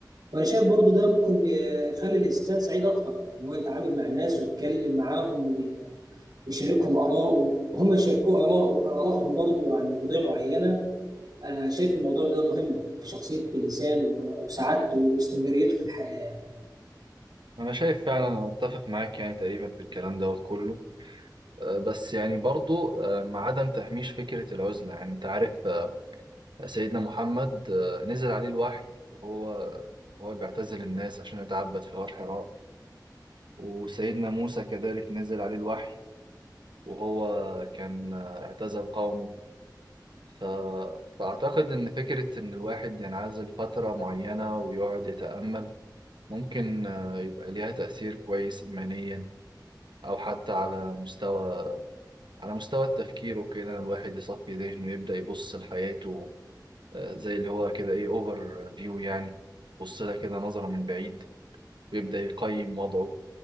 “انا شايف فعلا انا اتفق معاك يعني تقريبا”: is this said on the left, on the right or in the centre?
Right